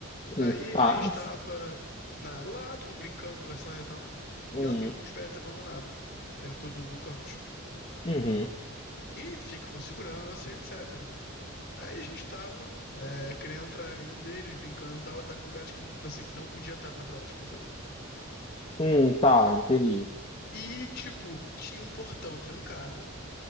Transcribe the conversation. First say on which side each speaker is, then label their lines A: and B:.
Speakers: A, on the left; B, on the left.
A: Hum,
B: Aí
A: Tá.
B: a gente tava na Latrum, brincando, conversando e tal,
A: Hum,
B: e ela tem muitos prédios abandonados dentro do, do campus.
A: uhum.
B: E fica com segurança, etc. Aí a gente tava é, querendo entrar em um deles, brincando e tal. Eu tava em lugares que assim, não podia estar na prática, sabe?
A: Hum, tá, entendi.
B: E, tipo, tinha um portão trancado.